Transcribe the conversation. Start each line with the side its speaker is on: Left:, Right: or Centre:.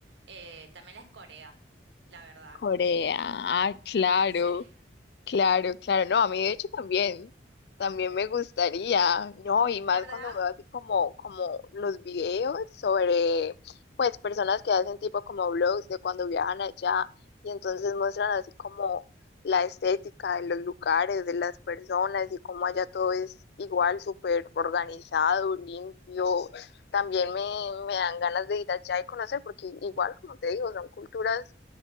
Right: eh, también es Corea, la verdad.
Left: Corea, ah, claro.
Right: Sí.
Left: Claro, claro, no, a mí de hecho también, también me gustaría, no, y más
Right: ¿Verdad?
Left: cuando veo así como, como los videos sobre, pues, personas que hacen tipo como vlogs de cuando viajan allá y entonces muestran así como la estética de los lugares, de las personas y cómo allá todo es igual, súper organizado, limpio. También me, me dan ganas de ir allá y conocer porque igual, como te digo, son culturas